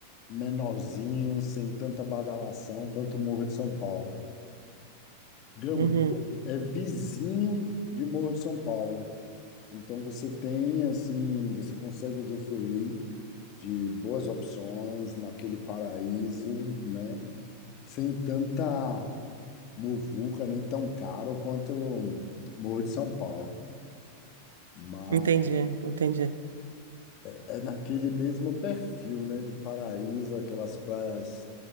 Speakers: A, on the left (about 40°); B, on the right (about 65°).
A: menorzinho, sem tanta badalação quanto o Morro de São Paulo. Gamboa
B: Uhum.
A: é vizinho de Morro de São Paulo. Então você tem assim, você consegue usufruir de boas opções naquele paraíso, né? Sem tanta muvuca, nem tão caro quanto Morro de São Paulo. Mas
B: Entendi, entendi.
A: é naquele mesmo perfil, né? De paraíso, aquelas praias.